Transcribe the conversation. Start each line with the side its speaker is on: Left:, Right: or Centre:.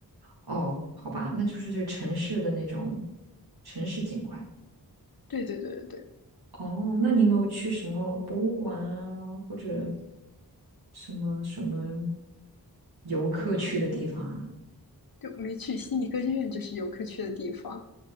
Right: 哦，好吧，那就是这城市的那种城市景观。
Left: 对对对对对。
Right: 哦，那你有没有去什么博物馆啊，或者什么什么游客去的地方啊？
Left: 啊，就没去悉尼歌剧院，就是游客去的地方。